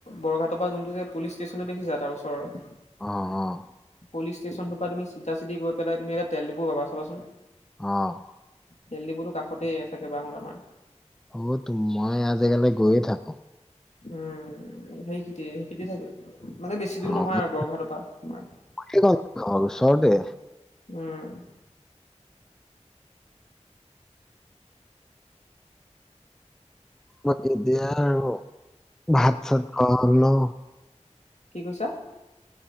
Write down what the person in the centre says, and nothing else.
অ' অ'।
অ'।
অ' টো, মই এয়া জেগালে গৈয়ে থাকো।
অ'
মোৰ
সেইকণ ঘৰ ওচৰতে।
বৰ দিগদাৰ আৰু, ভাত চাত খোৱা হল ন?